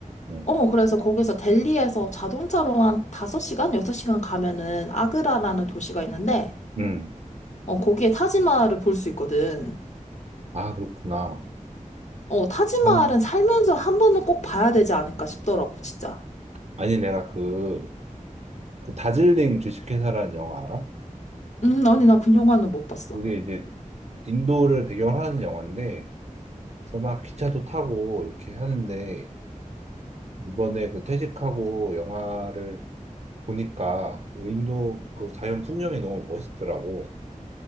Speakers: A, on the right; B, on the left.
A: 응.
B: 어, 그래서 거기서 델리에서 자동차로 한 5시간, 6시간 가면은 아그라라는 도시가 있는데
A: 응.
B: 어, 거기에 타지마할을 볼 수 있거든.
A: 아, 그렇구나.
B: 어, 타지마할은
A: 아,
B: 살면서 한 번은 꼭 봐야 되지 않을까 싶더라고, 진짜.
A: 아니, 내가 그, 그 다즐링 주식회사라는 영화 알아?
B: 음, 아니 나 그 영화는 못 봤어.
A: 그게 이제 인도를 배경으로 하는 영화인데, 그래서 막 기차도 타고 이렇게 하는데, 이번에 그 퇴직하고 영화를 보니까 인도 그 자연 풍경이 너무 멋있더라고. 고